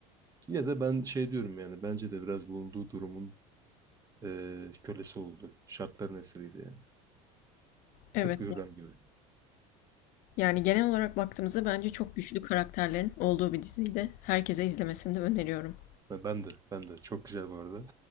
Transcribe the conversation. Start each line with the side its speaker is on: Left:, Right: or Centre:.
Right: Yine de ben şey diyorum yani bence de biraz bulunduğu durumun eee, kölesi oldu. Şartların esiriydi yani.
Left: Evet.
Right: Tıpkı Hürrem gibi.
Left: Yani genel olarak baktığımızda bence çok güçlü karakterlerin olduğu bir diziydi. Herkese izlemesini de öneriyorum.
Right: Ha, Ben de ben de çok güzel bu arada.